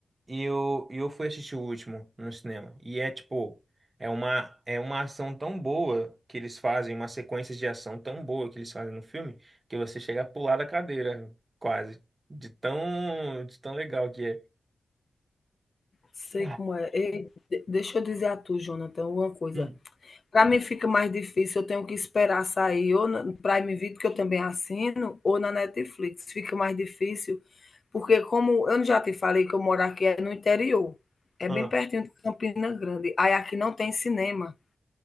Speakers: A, on the right; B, on the left.
A: e eu, e eu fui assistir o último no cinema. E é tipo, é uma, é uma ação tão boa que eles fazem, uma sequência de ação tão boa que eles fazem no filme, que você chega a pular da cadeira, quase. De tão, de tão legal que é.
B: sei
A: Ah,
B: como é. Ei, de- deixa eu dizer a tu, Jonathan, uma coisa.
A: hum,
B: Para mim fica mais difícil, eu tenho que esperar sair ou no Prime Video, que eu também assino, ou na Netflix. Fica mais difícil, porque como eu já te falei que eu moro aqui é no interior, é
A: ah,
B: bem pertinho de Campina Grande. Aí aqui não tem cinema.